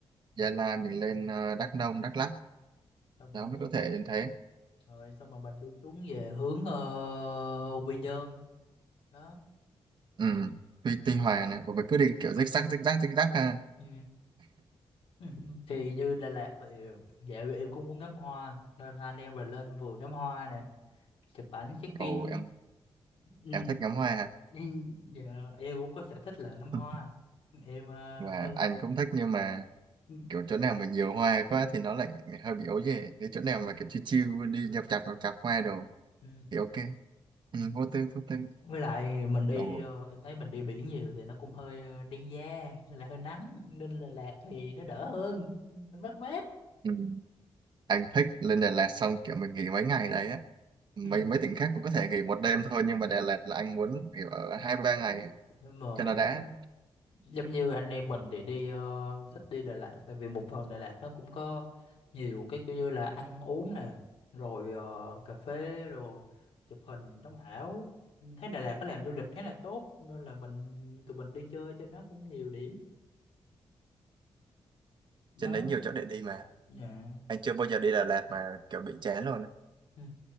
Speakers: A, on the left; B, on the right.
A: dạ
B: Gia Lai mình lên ờ, Đắk Nông Đắk Lắk
A: xong
B: đó
A: rồi
B: mới có thể đến thế
A: rồi xong rồi mình đi xuống về hướng ờ, Quy Nhơn đó
B: ừ Tuy, Tuy Hòa nè của mình cứ đi kiểu rích rắc rích rắc rích rắc ha
A: ừ. <laughs> thì như Đà Lạt thì dạ em cũng muốn ngắm hoa nên hai anh em rồi lên vừa ngắm hoa nè chụp ảnh check in
B: ồ em
A: Ừ,
B: em thích ngắm hoa ha
A: Ừ, Dạ, em cũng có sở thích là ngắm hoa
B: <laughs>
A: em ờ,
B: và
A: hơn
B: anh cũng thích nhưng mà
A: ừ,
B: kiểu chỗ nào mà nhiều hoa quá thì nó lại hơi bị ấu dề nếu chỗ nào mà kiểu chill chill đi nhập chạp nhập chạp hoa đồ
A: ừ.
B: thì ok
A: ừ.
B: ừ, vô tư vô tư
A: với lại mình đi
B: ừ.
A: ờ, em thấy mình đi biển nhiều thì nó cũng hơi ờ, đen da với lại hơi nắng nên là lạc thì nó đỡ hơn nó mát mát
B: ừ. anh thích lên Đà Lạt xong kiểu mình nghỉ mấy ngày đấy á mấy
A: ừ.
B: mấy tỉnh khác cũng có thể nghỉ một đêm thôi nhưng mà Đà Lạt là anh muốn nghỉ ở hai ba ngày
A: đúng rồi
B: cho nó đã
A: giống như anh em mình thì đi ờ, thích đi Đà Lạt tại vì một phần Đà Lạt nó cũng có nhiều cái kiểu như là ăn uống nè rồi ờ, cà phê rồi chụp hình sống ảo thấy Đà Lạt có làm du lịch khá là tốt nên là mình tụi mình đi chơi cho nó cũng nhiều điểm nó
B: trên đấy nhiều chỗ để đi mà
A: dạ
B: anh chưa bao giờ đi Đà Lạt mà kiểu bị chán luôn á.
A: ừ,